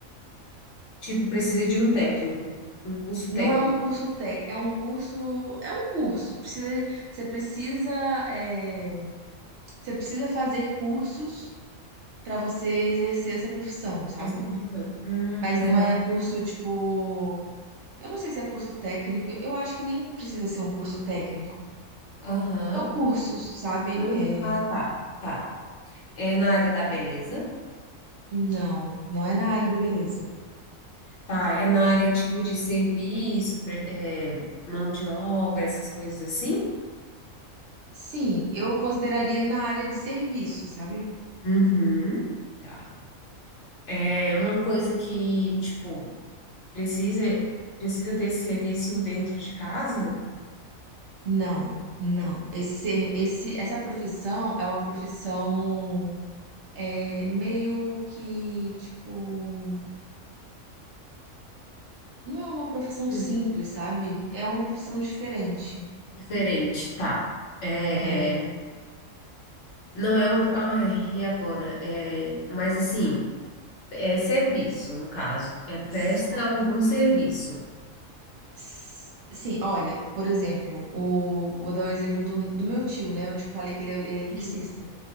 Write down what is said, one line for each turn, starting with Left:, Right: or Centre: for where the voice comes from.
Left: Tipo, precisa de um técnico, um curso
Right: Não
Left: técnico.
Right: é um curso técnico, é um curso, é um curso. Precisa, você precisa, é, você precisa fazer cursos para você exercer essa profissão, sabe?
Left: Essa profissão. Hum,
Right: Mas não
Left: é na.
Right: é curso tipo, eu não sei se é curso técnico. Eu acho que nem precisa ser um curso técnico.
Left: Aham.
Right: São cursos, sabe?
Left: Hum,
Right: É,
Left: Ah, tá. Tá. É na área da beleza?
Right: não, não é na área da beleza.
Left: Tá, é na área tipo de serviço, pre- é, mão de obra, essas coisas assim?
Right: Sim, eu consideraria na área de serviço, sabe?
Left: Uhum. Tá. É uma coisa que, tipo, precisa, precisa ter esse serviço dentro de casa?
Right: Não, não. Esse, esse, essa profissão é uma profissão é, meio que, tipo, não é uma profissão
Left: Uhum.
Right: simples, sabe? É uma profissão diferente.
Left: Diferente, tá. É,
Right: É.
Left: não é um. Ai, e agora? É, mas assim, é serviço, no caso. É presta
Right: S-
Left: algum serviço.
Right: s- Sim, olha, por exemplo, o, vou dar um exemplo do, do meu tio, né? Eu te falei que ele é eletricista.
Left: Sim.